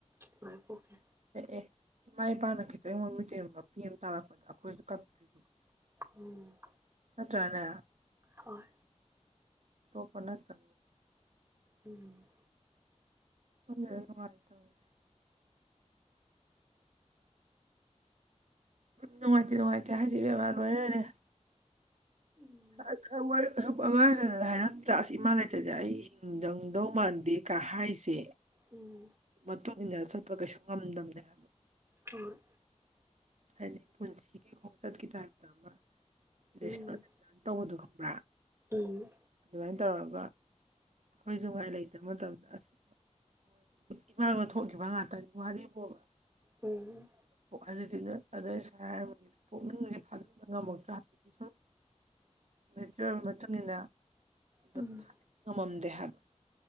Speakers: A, on the right; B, on the right.
A: ꯃꯥꯏ ꯄꯣꯛꯁꯦ
B: ꯑꯦ ꯏꯃꯥ ꯏꯄꯥꯅ ꯈꯤꯇꯪ ꯃꯃꯤꯠꯇꯒꯤ ꯃꯄꯤ ꯑꯃ ꯇꯥꯔꯛꯄꯗ ꯑꯩꯈꯣꯏꯁꯨ ꯀꯞꯄꯤꯗꯣꯏꯗꯤ
A: ꯎꯝ
B: ꯀꯠꯇ꯭ꯔꯅꯦ
A: ꯍꯣꯏ
B: ꯇꯣꯄ ꯅꯠꯇ
A: ꯎꯝ
B: ꯄꯨꯟꯅ ꯍꯦꯛ ꯅꯨꯡꯉꯥꯏꯇꯝꯅꯦ ꯅꯨꯡꯉꯥꯏꯇꯦ ꯅꯨꯡꯉꯥꯏꯇꯦ ꯍꯥꯏꯖꯦ ꯏꯕꯦꯝꯃ ꯂꯣꯏꯔꯦ
A: ꯎꯝ
B: ꯑꯉꯥꯡ ꯑꯣꯏꯔꯤꯉꯩꯗ ꯍꯥꯏꯔꯝꯗ꯭ꯔ ꯑꯁ ꯏꯃꯥ ꯂꯩꯇ꯭ꯔꯗꯤ ꯑꯩ ꯍꯤꯡꯗꯧ ꯃꯥꯟꯗꯦ ꯀ ꯍꯥꯏꯖꯦ
A: ꯎꯝ
B: ꯃꯇꯨꯡ ꯏꯟꯅ ꯆꯠꯄ ꯀꯩꯁꯨ ꯉꯝꯗꯕꯅꯦ ꯍꯥꯏꯕ
A: ꯍꯣꯏ
B: ꯍꯥꯏꯗꯤ ꯄꯨꯟꯁꯤꯒꯤ ꯈꯣꯡꯆꯠꯀꯤ ꯇꯥꯏꯞꯇ ꯑꯃ
A: ꯎꯝ
B: ꯂꯦꯁꯟ ꯂꯔꯟ ꯇꯧꯕꯗꯨ ꯈꯪꯕ꯭ꯔ
A: ꯎꯝ
B: ꯑꯗꯨꯃꯥꯏꯅ ꯇꯧꯔꯒ ꯑꯩꯈꯣꯏꯁꯨ ꯉꯥꯏꯔꯦ ꯂꯩꯇꯕ ꯃꯇꯝꯗ ꯑꯁ ꯏꯃꯥꯡꯗ ꯊꯣꯛꯈꯤꯕ ꯉꯥꯛꯇꯅꯤ ꯋꯥꯔꯤꯕꯣꯕ
A: ꯎꯝ
B: ꯑꯣ ꯍꯧꯖꯤꯛꯇꯤꯅꯦ ꯑꯗꯩ ꯑꯩꯁ ꯍꯥꯏꯔꯝꯃꯤ ꯄꯨꯛꯅꯤꯡꯁꯦ ꯐꯥꯖꯤꯟꯕ ꯉꯝꯃꯛꯇꯔꯦ ꯍꯥꯏꯕꯅꯤ ꯃꯦꯆꯕ ꯃꯇꯨꯡꯏꯟꯅ ꯑꯗꯨ
A: ꯎꯝ
B: ꯉꯝꯃꯝꯗꯦ ꯍꯥꯏꯕ